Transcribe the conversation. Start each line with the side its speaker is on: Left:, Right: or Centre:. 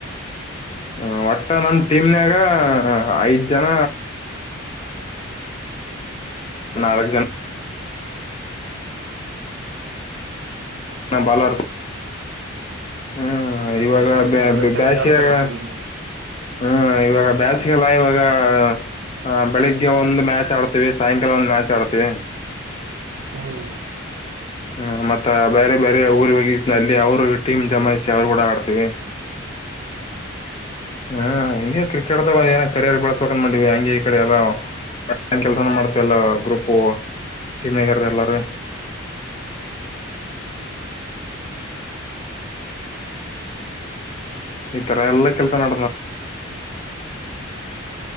Left: ಹ ಒಟ್ಟ ನನ್ ಟೀಮ್ನಯಾಗ ಐದ್ ಜನ ನಾಲ್ಕ ಜನ ನ ಬಲರ್ಸ್ ಹ್ಮ್
Right: ಎಲ್ಲ
Left: ಇವಾಗ
Right: ಬ್ಯಾಟಿಂಗ್
Left: ಬ್ಯಾಸಿಗ್ಯಗ
Right: ಎಲ್ಲ ಚೆನ್ನಾಗ್ ಆಡ್ತಾರ ಒಟ್ಟ ನಿಮ್ದು
Left: ಹ್ಮ ಇವಾಗ ಬ್ಯಾಸಿಗೆಲ್ಲ ಇವಾಗ ಹ ಬೆಳಿಗ್ಗೆ ಒಂದ್ ಮ್ಯಾಚ್ ಆಡ್ತವಿ ಸಾಯಂಕಾಲ ಒಂದ್ ಮ್ಯಾಚ್ ಆಡ್ತವಿ.
Right: ಹ್ಮ್
Left: ಹ್ಮ್ ಮತ್ತ ಬೇರೆ ಬೇರೆ ಊರಿಗೆ ಹೋಗಿ ಅಲ್ಲಿ ಅವ್ರು ಟೀಮ್ ಜಮಾಯಿಸಿ ಅವ್ರು ಕೂಡ ಆಡ್ತೀವಿ. <inaudible> ಹ್ಮ್ ಹಿಂಗೆ ಕ್ರಿಕೆಟ್ ಏನ ಕರಿಯರ್ ಬೆಳಸ್ಬೇಕಂದ ಮಾಡಂದಿವವಿ ಹಂಗಗೆ ಈ ಕಡೆ ಎಲ್ಲ ನ್ ಕೆಲ್ಸನ ಮಾಡ್ತ ಎಲ್ಲ ಗ್ರೂಪ್ ಟೀಮ್ಗ್ಯಾರ ಎಲ್ಲಾರ್. <inaudible> ಇತ್ರ ಎಲ್ಲ ಕೆಲಸನ